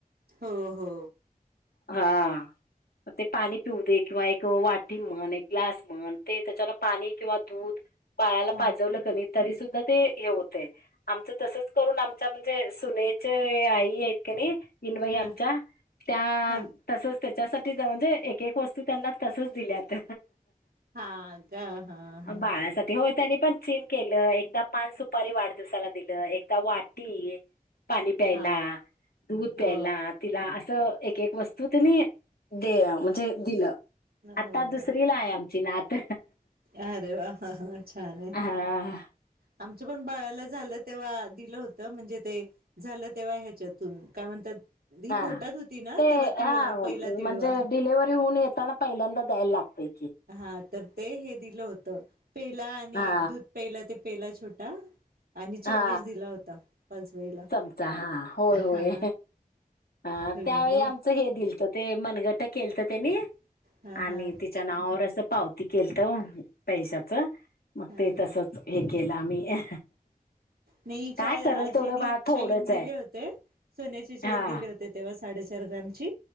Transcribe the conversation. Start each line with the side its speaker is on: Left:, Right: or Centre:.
Right: हो हो
Left: हा ते पाणी पिऊदे किंवा एक वाटी म्हण, एक ग्लास म्हण ते त्याच्यान पाणी किंवा दूध बाळाला
Right: हा
Left: पाजवलं कनी तरी सुद्धा ते हे होतय. आमचं तसच करून आमचं आमचं म्हणजे सुनेचं हे आई आहेत. क नाही ईन बाई
Right: हा
Left: आमच्या त्या
Right: हा
Left: तसच त्याच्यासाठी त्या म्हणजे एक एक वस्तू त्यांना तसंच दिल्यात
Right: हा का हा हा
Left: बाळासाठी होय त्यांनी पण चीन केलं, एकदा पान सुपारी वाढदिवसाला दिलं, एकदा वाटी पाणी प्यायला,
Right: हा
Left: दूध प्यायला
Right: हो
Left: तिला असं एक एक वस्तू तेनी दे म्हणजे दिलं आता
Right: हो
Left: दुसरीला आहे आमची नात
Right: अरे वा ह छान आहे,
Left: हा.
Right: आमच पण बाळाला झालं तेव्हा दिलं होत, म्हणजे ते झालं तेव्हा ह्याच्यातून काय म्हणतात ही
Left: हा
Right: पोटात होती ना
Left: ते
Right: तेव्हा तिळवा
Left: हा
Right: पहिला तिळवा
Left: म्हणजे डिलेव्हरी होऊन येताना पहिल्यांदा द्यायला लागतय.
Right: हा तर ते हे दिलं होतं पेला आणि
Left: हा
Right: दुध पेला ते पेला छोटा आणि चम्मच
Left: हा
Right: दिला होता. पाच वईला
Left: चमचा हा होय
Right: हा
Left: होय. अ
Right: पहिल्यांद
Left: त्यावेळी
Right: वा
Left: आमचं हे दिलत ते मनगट केलंत त्यांनी
Right: हा
Left: आणि
Right: हा
Left: ते च्या नावावर असं पावती केलंत पैशाच मग
Right: हा
Left: ते
Right: हा
Left: तसच हे केलं आम्ही
Right: नही हिच्या
Left: काय करल
Right: आजींनी
Left: तेवढं बाळ थोडंच
Right: चैन दिले
Left: आहे
Right: होते सोन्याची चैन
Left: हा
Right: दिले होते तेव्हा साडेचार ग्रामची